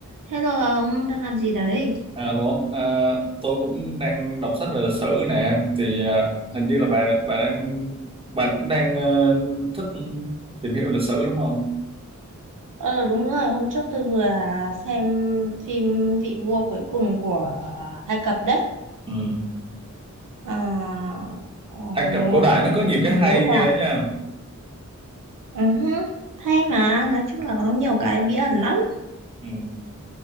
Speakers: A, on the right; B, on the right.
A: Hello ông, đang làm gì đấy?
B: Alo, à, tôi cũng đang đọc sách về lịch sử nè. Thì à, hình như là bà bà đang bà cũng đang ờ, thích tìm hiểu lịch sử đúng không?
A: Ờ đúng rồi, hôm trước tôi vừa xem phim Vị vua cuối cùng của Ai Cập đấy.
B: Ừ.
A: Ờ, ờ,
B: Ai Cập cổ
A: một
B: đại nó có nhiều
A: nữ
B: cái hay
A: hoàng.
B: ghê nha.
A: Ừ hứ, Hay mà, nói chung là có nhiều cái bí ẩn lắm.
B: Ừ.